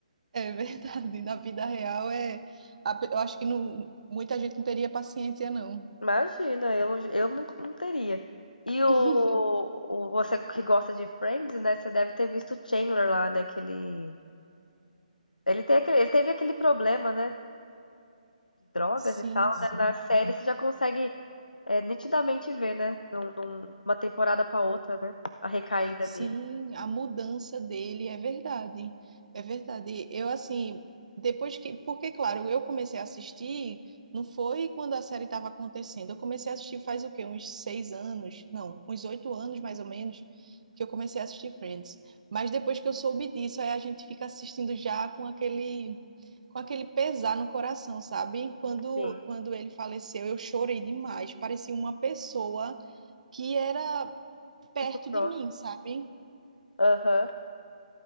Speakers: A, on the right (about 60°); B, on the left (about 90°).
A: É verdade, na vida real é, a pe- eu acho que não, muita gente não teria paciência, não.
B: Imagina, eu, eu não, não teria. E o,
A: <laughs>
B: o- Você que gosta de Friends, né? Você deve ter visto o Chandler lá, né? Que ele. Ele, tem aquele, ele teve aquele problema, né? de drogas
A: Sim,
B: e tal,
A: sim.
B: né? Na série você já consegue é, nitidamente ver, né? De um- de um- uma temporada pra outra, né? A recaída
A: Sim,
B: dele.
A: a mudança dele é verdade. É verdade. Eu, assim, depois que. Porque, claro, eu comecei a assistir, não foi quando a série estava acontecendo. Eu comecei a assistir faz o quê? Uns seis anos? Não, uns oito anos mais ou menos, que eu comecei a assistir Friends. Mas depois que eu soube disso, aí a gente fica assistindo já com aquele. Com aquele pesar no coração, sabe? Quando,
B: Sim,
A: quando ele faleceu, eu chorei demais. Parecia uma pessoa que era perto
B: muito próximo.
A: de mim, sabe?
B: Aham.